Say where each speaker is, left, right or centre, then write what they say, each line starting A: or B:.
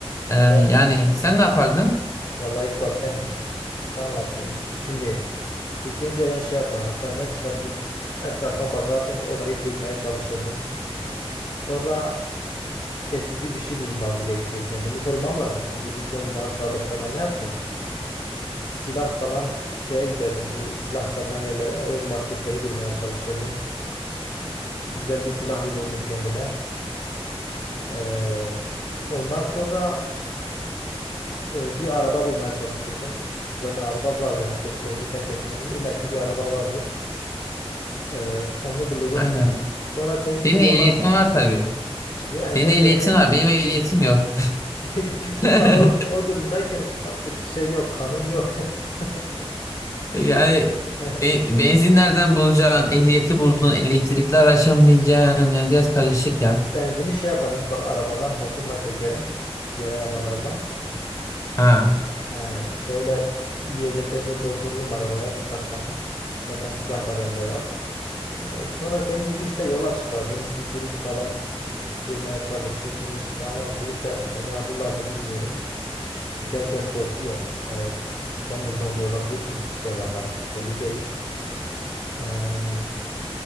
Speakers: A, on the left; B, on the left.
A: Ee,
B: Ben
A: yani sen ne yapardın?
B: vallahi İkbal sen kısa anlattın. Bir- Şimdi ilk önce ben şey yapar hastaneden çıkar bir etrafa bakardım olayı çözmeye çalışırdım. Sonra kesici bir şey bulmam gerekiyor. Kendimi korumam lazım. Şimdi bir zombi bana saldırsa ben ne yapacağım? Silah falan şey giderdim. Bu silah satan yerlere var. marketleri bulmaya çalışırdım. Güzel bir silah bulurdum kendime. Ee, ondan sonra e, bir araba bulmaya çalışırdım. Zaten araba vardı. Herkes şehri terk ettiğinde bile illa ki bir araba vardır. Ee, onu bulurum.
A: Aynen.
B: Sonra sen gibi
A: Senin ehliyetin
B: yola
A: var tabii.
B: diyor
A: Senin
B: ehliyet
A: ehliyetin
B: gerek
A: var. Benim ehliyetim yok.
B: yok. <laughs> İkbal
A: <laughs>
B: o, o durumdayken artık şey yok, kanun yok. <laughs>
A: Yani
B: At- <laughs>
A: be- benzin nereden bulacaksın? Ehliyeti buldun. Elektrikli araçla mı bineceksin? Yani biraz karışık ya.
B: Benzini şey yaparım. İlk bal arabadan hortumla çekerim. Diğer arabalardan.
A: Ha.
B: He, işte öyle yiyecekleri de doldururum arabaya birkaç tane. Zaten silah da bende var. Ee, sonra senin gibi işte yola çıkardım. Bir grup falan bulmaya çalışırdım işte ama grupta beni alırlar mı bilmiyorum. Çünkü herkes korkuyor. Eğer ben de zombi olabilirim sonradan. Belli değil. Ee,